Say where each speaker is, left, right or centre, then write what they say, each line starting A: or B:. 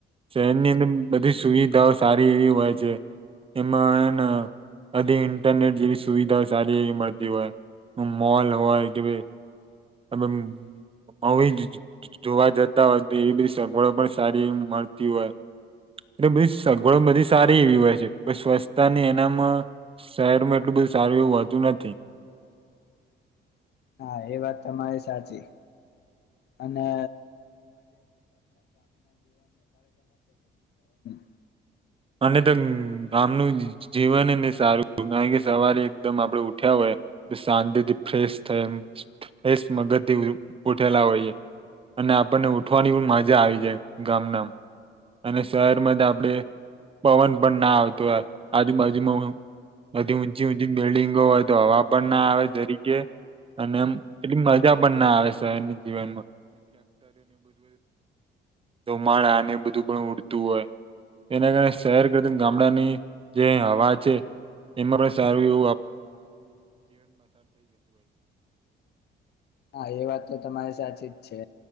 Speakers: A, on the right (about 30°); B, on the left (about 55°).
A: શહેરની અંદર બધી સુવિધાઓ સારી એવી હોય છે. એમાં હેન અડધી ઇન્ટરનેટ જેવી સુવિધા સારી એવી મળતી હોય. મોલ હોય કે ભઈ એમમ હોવ જ જોવા જતા હોય તો એવી બધી સગવડો પણ સારી મળતી હોય. એટલે બધી સગવડ બધી સારી એવી હોય છે, સ્વચ્છતા ની એનામાં શહેરમાં એટલું બ સારું એવું હોતું નથી.
B: <inaudible> હા એ વાત તમારે સાચી, અને <inaudible>
A: અને તો ગામનું જીવનને સારું કારણ કે સવારે એકદમ આપડે ઉઠ્યા હોય. શાંતિથી ફ્રેશ થાય ફેશ મગજ થી ઉઠેલા હોયે અને આપણને ઉઠવાની પણ મજા આવી જાય, ગામ નામ અને શહેરમાં જ આપડે પવન પણ ના આવતો હો આજુ બાજુમાં ઓ બધી ઊંચી ઊંચી બિલ્ડિંગો હોય તો હવા પણ ના આવે જરીકે અને એમ એટલી મજા પણ ધુમાડા ને બધું પણ ઉડતું એના કારણે શહેર કરતા ગામડાની જે હવા છે, એમાં બ સારું
B: <inaudible> હા એ વાત તો તમારી સાચી જ છે,